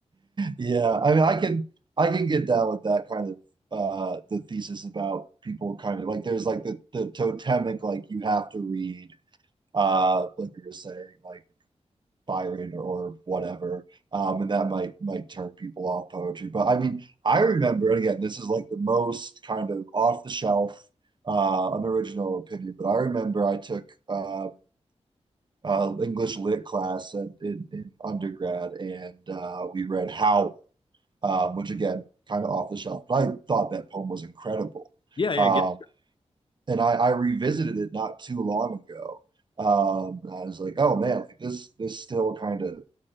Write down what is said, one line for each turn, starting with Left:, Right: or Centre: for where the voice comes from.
Right: yeah. I mean, I can I can get down with that kind of uh the thesis about people kind of like there's like the the totemic like you have to read uh like you were saying like Byron or, or whatever. Um, and that might might turn people off poetry. But I mean, I remember, and again, this is like the most kind of off the shelf, uh, unoriginal opinion, but I remember I took uh, uh, English lit class at, in, in undergrad, and uh, we read Howl, um, which again, kind of off the shelf, but I thought that poem was incredible.
Left: Yeah, yeah,
Right: Um,
Left: get
Right: and I, I revisited it not too long ago. Um, I was like, oh man, like this this still kind of